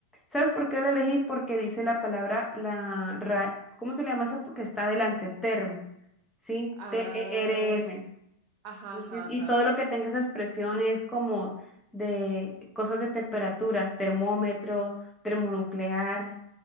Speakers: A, in the centre; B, on the right.
A: ¿Sabes por qué lo elegí? Porque dice la palabra, la ra- ¿cómo se le llama esa? Porque está adelante, term, ¿sí?
B: Ah,
A: T-E-R-M.
B: ajá,
A: Y,
B: ajá,
A: si-
B: ajá.
A: y todo lo que tenga esas presiones como de cosas de temperatura, termómetro, termonuclear.